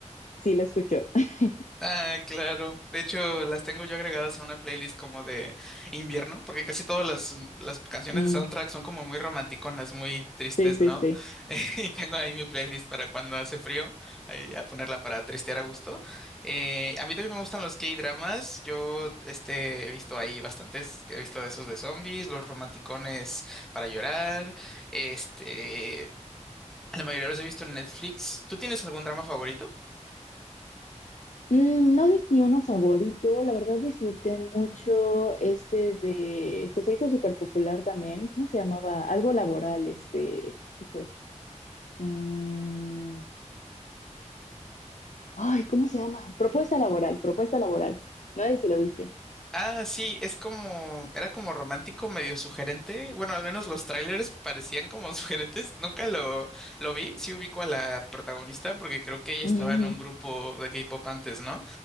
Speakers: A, on the left; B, in the centre.
A: sí la escucho. <laughs>
B: Ah, claro. De hecho, las tengo yo agregadas a una playlist como de invierno, porque casi todas las, las canciones
A: Mm,
B: de soundtrack son como muy romanticonas, muy tristes,
A: sí, sí,
B: ¿no?
A: sí.
B: <laughs> Y tengo ahí mi playlist para cuando hace frío, ahí a ponerla para tristear a gusto. Eh, a mí también me gustan los K-dramas. Yo este, he visto ahí bastantes, que he visto esos de zombies, los romanticones para llorar. Este, la mayoría los he visto en Netflix. ¿Tú tienes algún drama favorito?
A: Mm, No sé si uno favorito, la verdad disfruté mucho este de, que se hizo súper popular también, ¿cómo se llamaba? Algo laboral, este, ¿qué fue? Mm, ay, ¿cómo se llama? Propuesta laboral, propuesta laboral. No sé si lo viste.
B: Ah, sí, es como, era como romántico, medio sugerente. Bueno, al menos los trailers parecían como <laughs> sugerentes. Nunca lo, lo vi. Sí ubico a la protagonista porque creo que ella
A: Ujú,
B: estaba en un grupo de K-pop antes, ¿no?